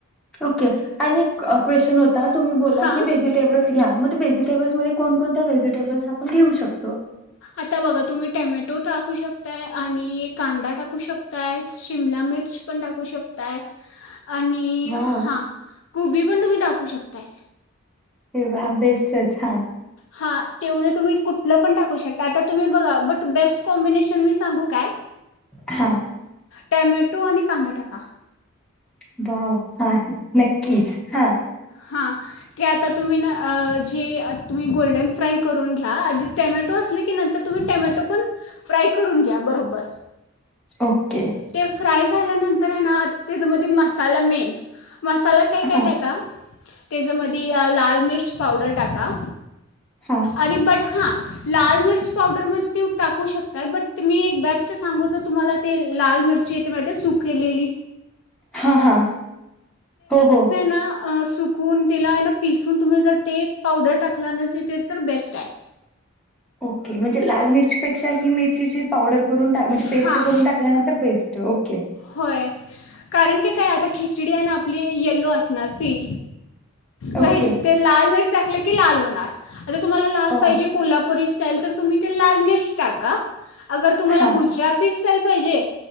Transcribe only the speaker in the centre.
ओके आणि एक क्वेशन होत ता. तुम्ही बोलला
की वेजिटेबल घ्या. मग व्हेजिटेबल्समध्ये कोण कोणत्या व्हेजिटेबल्स आपण घेऊ शकतो?
वाव
<unintelligible> <unintelligible> हा
हा
<unintelligible> हा
ओके
हा
हा
हा हा हो हो
ओके म्हणजे लाल मिरचीपेक्षा ही मिरची ची पावडर करून टा म्हणजे
पेस्ट करून टाकल्यानंतर बेस्ट त ओके
ओके
अ
हा